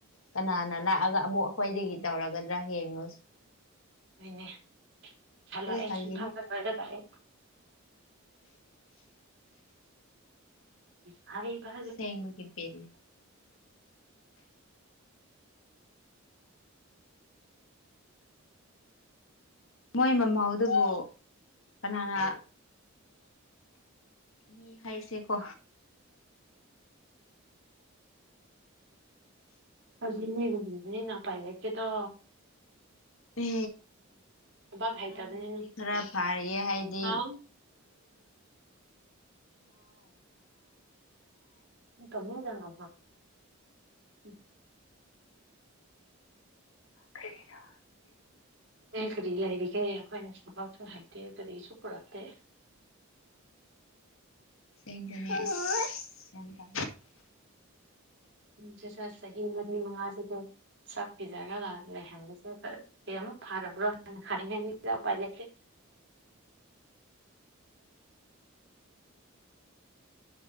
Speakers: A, on the left; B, on the right.
A: ꯀꯅꯥꯅ ꯂꯥꯛꯑꯒ ꯑꯃꯨꯛ ꯑꯩꯈꯣꯏꯗꯒꯤ ꯇꯧꯔꯒꯗ꯭ꯔꯥ ꯌꯦꯡꯉꯨꯁ
B: ꯅꯣꯏꯅꯦ ꯍꯜꯂꯛꯑꯦ
A: ꯈꯜꯂꯤꯅꯦ
B: ꯁꯤ ꯐꯕꯗ ꯂꯥꯛꯑꯦ ꯀ ꯍꯥꯏꯔ
A: ꯁꯦꯡꯕꯒꯤ ꯄꯦꯜꯂꯤ ꯃꯣꯏ ꯃꯃꯧꯗꯨꯕꯨ ꯀꯅꯥꯅ ꯃꯤ ꯍꯥꯏꯁꯦꯀꯣ
B: ꯑꯖꯤ ꯅ ꯄꯥꯏ ꯂꯩꯦ ꯀꯦ ꯇ
A: ꯍ
B: ꯊꯕꯛ ꯍꯩꯇꯕꯅꯤꯅ
A: ꯅꯪꯗꯤ ꯈꯔ ꯐꯥꯔꯌꯦ ꯍꯥꯏꯗꯤꯥꯎ
B: ꯍꯥꯎ ꯎ ꯀꯝꯖꯅꯥꯃ ꯎꯝ
A: ꯀ
B: ꯀꯔꯤ ꯂꯩꯔꯤꯒꯦ ꯑꯩꯈꯣꯏꯅ ꯁꯐꯥꯎꯁꯨ ꯍꯥꯏꯦ ꯠꯇ ꯇꯔꯤꯁꯨꯄꯔꯇꯦ
A: ꯁꯦꯝꯇ
B: ꯁꯤꯗ ꯆꯍꯤ ꯃꯔꯤ ꯃꯉꯥꯁꯤꯗ ꯁꯛ ꯄꯤꯖꯔꯒ ꯂꯩꯍꯟꯕꯁꯦ ꯀꯔꯤꯃꯨꯛ ꯐꯔꯕ꯭ꯔꯣ ꯍꯥꯏꯅ ꯈꯅꯤꯡꯉꯩꯅꯤꯗ ꯎꯄꯥꯏꯖꯒꯦ